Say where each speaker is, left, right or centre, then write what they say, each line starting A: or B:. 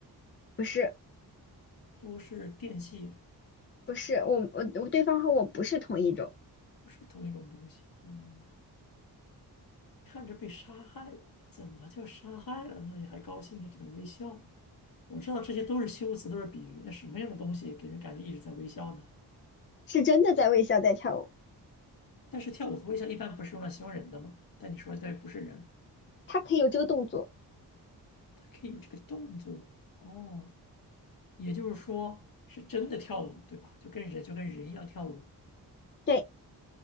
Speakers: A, on the left (about 30°); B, on the left (about 50°).
A: 不是，
B: 都是电器，
A: 不是，我我我对方和我不是同一种，
B: 不是同一种东西。嗯。看着被杀害，怎么就杀害了呢？你还高兴啊，也只能微笑。我知道这些都是修辞，都是比喻。那什么样的东西给人感觉一直在微笑呢？
A: 是真的在微笑在跳舞，
B: 但是跳舞和微笑一般不是用来形容人的吗？但你说的对，不是人，
A: 他可以有这个动作。
B: 它可以有这个动作哦，也就是说是真的跳舞，对吧？就跟人就跟人一样跳舞
A: 对。